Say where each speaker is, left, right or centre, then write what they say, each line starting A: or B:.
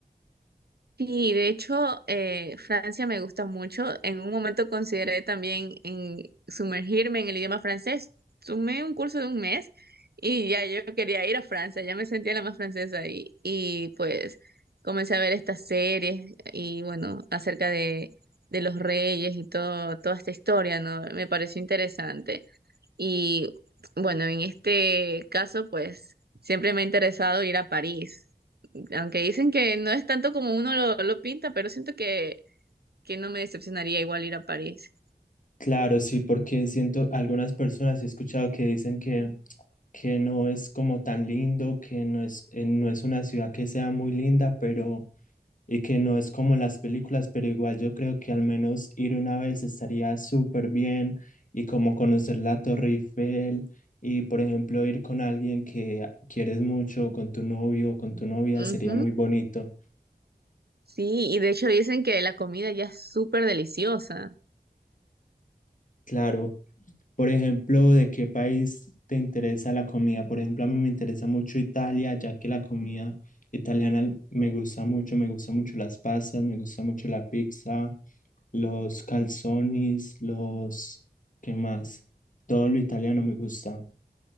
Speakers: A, on the right; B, on the left.
A: Sí, de hecho, eh, Francia me gusta mucho. En un momento consideré también en sumergirme en el idioma francés. Sumé un curso de un mes y ya yo quería ir a Francia, ya me sentía la más francesa y, y pues comencé a ver estas series y bueno, acerca de, de los reyes y todo, toda esta historia, ¿no? Me pareció interesante. Y bueno, en este caso, pues siempre me ha interesado ir a París. Aunque dicen que no es tanto como uno lo, lo pinta, pero siento que, que no me decepcionaría igual ir a París.
B: Claro, sí, porque siento algunas personas he escuchado que dicen que que no es como tan lindo, que no es, eh, no es una ciudad que sea muy linda, pero y que no es como en las películas, pero igual yo creo que al menos ir una vez estaría súper bien y como conocer la Torre Eiffel y por ejemplo ir con alguien que quieres mucho, con tu novio o con tu novia, sería
A: Ujú,
B: muy bonito.
A: Sí, y de hecho dicen que la comida ya es súper deliciosa.
B: Claro, Por ejemplo, ¿de qué país te interesa la comida? Por ejemplo, a mí me interesa mucho Italia, ya que la comida italiana me gusta mucho, me gusta mucho las pastas, me gusta mucho la pizza, los calzones, los... ¿Qué más? Todo lo italiano me gusta.